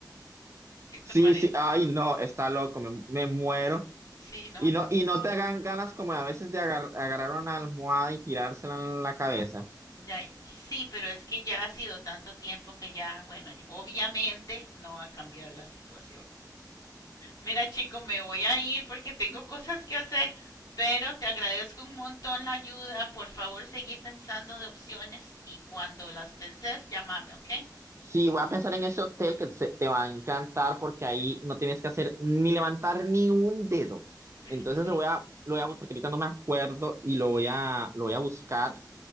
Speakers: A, on the left (about 60°); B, on the right (about 40°).
A: ¿Qué te
B: Sí,
A: parece?
B: sí, ay, no, está loco, me, me muero.
A: Sí, no,
B: Y
A: no,
B: no, y no te hagan ganas como a veces de agar- agarrar una almohada y tirársela en la cabeza.
A: Ya, y- sí, pero es que ya ha sido tanto tiempo que ya, bueno, ya- obviamente no va a cambiar la situación. Mira, chico, me voy a ir porque tengo cosas que hacer, pero te agradezco un montón la ayuda. Por favor, seguí pensando de opciones y cuando las penses, llámame, ¿ok?
B: Sí, voy a pensar en ese hotel que se- te va a encantar porque ahí no tienes que hacer ni levantar ni un dedo.
A: Perfecto.
B: Entonces lo voy a, lo voy a, porque ahorita no me acuerdo y lo voy a, lo voy a buscar